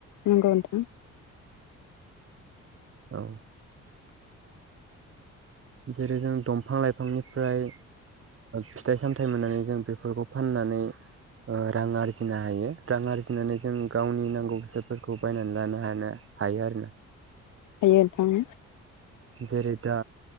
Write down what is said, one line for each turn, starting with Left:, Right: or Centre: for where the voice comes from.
Left: न गउथ
Right: औ जेरै जों बिफां लाइफांनिफ्राय फिथाइ सामथायाइ मोननानै जों बेफोरखौ फाननानै। रां आरजिनो हायो रां आरजिनानै जों गावनि नांगौ बेसादफोरखौ बायनानै लानो हानाय हायो आरो ना
Left: हयार दाम।
Right: जेरै दा